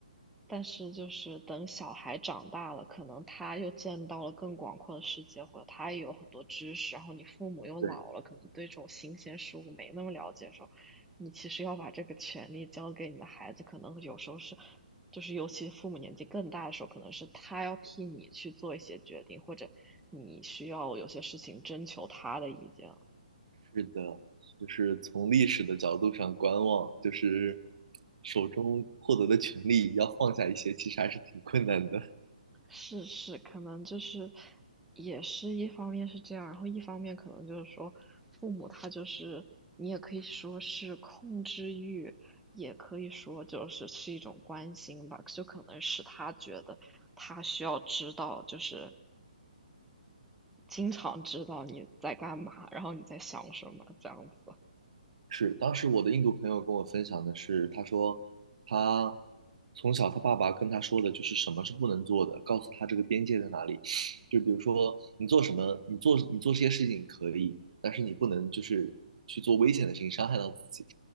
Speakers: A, in the centre; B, on the right (about 55°).
A: 但是就是等小孩长大了，可能他又见到了更广阔的世界，或者他也有很多知识，然后你父母又老了，
B: 对，
A: 可能对这种新鲜事物没那么了解的时候，你其实要把这个权利交给你的孩子，可能有时候是，就是尤其父母年纪更大的时候，可能是他要替你去做一些决定，或者你需要有些事情征求他的意见。
B: 是的，就是从历史的角度上观望，就是手中获得的权利要放下一些，其实还是挺困难的。
A: 是是，可能就是也是一方面是这样，然后一方面可能就是说父母他就是你也可以说是控制欲，也可以说就是是一种关心吧，就可能是他觉得他需要知道，就是经常知道你在干嘛，然后你在想什么这样子。
B: 是，当时我的印度朋友跟我分享的是，他说他从小他爸爸跟他说的就是什么是不能做的，告诉他这个边界在哪里。就比如说你做什么，你做你做这些事情可以，但是你不能就是去做危险的事情，伤害到自己。